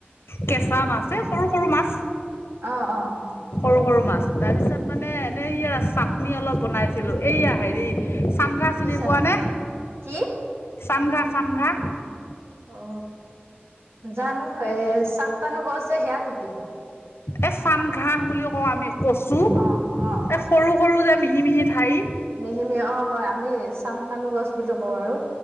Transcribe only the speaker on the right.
অঁ অঁ অঁ।
সেই চাটনি
কি?
অ। জানো এ চাম কানু গছ যে সেয়া নেকি?
অ অ
মিহি মিহি অ হয় আমি চাম কানো গছ বুলি কওঁ আৰু